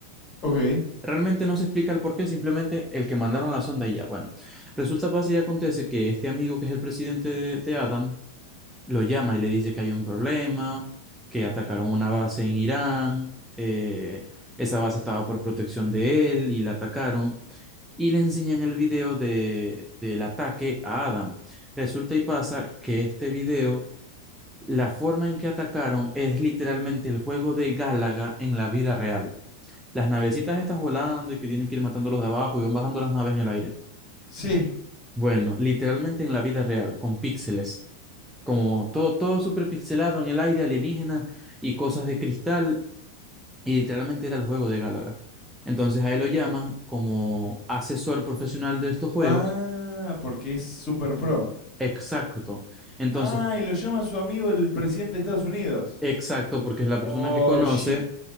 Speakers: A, on the left (about 30°); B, in the centre.
A: Ok.
B: Realmente no se explica el por qué, simplemente el que mandaron la sonda y ya, bueno. Resulta, pasa y acontece que este amigo que es el presidente de, de Adam lo llama y le dice que hay un problema, que atacaron una base en Irán, eh, esa base estaba por protección de él y la atacaron y le enseñan el video de, del ataque a Adam. Resulta y pasa que este video, la forma en que atacaron es literalmente el juego de Gálaga en la vida real. Las navecitas estas volando y que tienen que ir matando a los de abajo y van bajando las naves en el aire.
A: Sí.
B: Bueno, literalmente en la vida real, con píxeles. Como todo, todo súper pixelado en el aire, alienígena y cosas de cristal. Y literalmente era el juego de Gálaga. Entonces a él lo llaman como asesor profesional de estos juegos
A: Ah, porque es super pro.
B: Exacto. Entonces,
A: Ah, y lo llama su amigo el presidente de Estados Unidos.
B: exacto, porque es la
A: Oh,
B: persona que conoce.
A: shit.